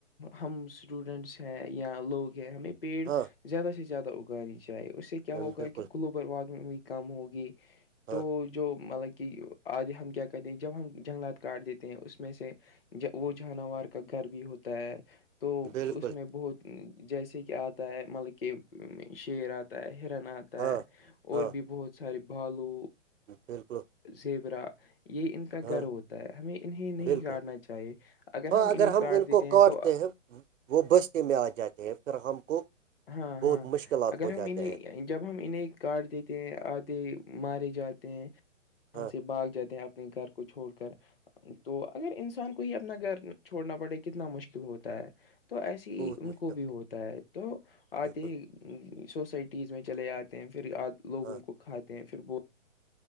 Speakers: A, on the left (about 50°); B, on the right (about 80°).
A: ہم اسٹوڈنٹس ہیں یا لوگ ہیں ہمیں پیڑ
B: ہاں
A: زیادہ سے زیادہ اگانی چاہیے اس سے کیا
B: بالکل
A: ہوگا کہ گلوبل وارمنگ بھی کم ہوگی
B: ہاں
A: تو جو مطلب کہ آگے ہم کیا کریں جب ہم جنگلات کاٹ دیتے ہیں اس میں سے وہ جانور کا گھر بھی ہوتا ہے تو
B: بالکل
A: اس میں بہت جیسے کہ آتا ہے ملب کہ شیر آتا ہے ہرن آتا
B: ہاں
A: ہے
B: ہاں
A: اور بھی بہت سارے بالو
B: بالکل
A: زیبرا یہ ان کا
B: ہاں
A: گرو ہوتا ہے ہمیں انہیں نہیں
B: بالکل
A: کاٹنا چاہیے اگر
B: ہاں
A: ہم انہیں کاٹ
B: ان
A: دیتے
B: کو
A: ہیں
B: کاٹتے
A: تو
B: وہ بستے میں آ جاتے ہیں پھر ہم کو
A: ہاں ہاں
B: بہت مشکلات
A: اگر
B: ہو
A: ہم
B: جاتے
A: انہیں
B: ہیں
A: جب ہم انہیں کاٹ دیتے ہیں آھے مارے جاتے ہیں وہاں
B: ہاں
A: سے باگ جاتے ہیں اپنے گھر کو چھوڑ کر تو اگر انسان کو ہی اپنا گھر چھوڑنا پڑے کتنا مشکل ہوتا ہے تو ایسے ہی
B: بہت
A: ان
B: مشکل
A: کو بھی ہوتا ہے تو آدے
B: بالکل
A: سوسائٹیز میں چلے آتے ہیں پھر لوگوں
B: ہاں
A: کو کھاتے ہیں پھر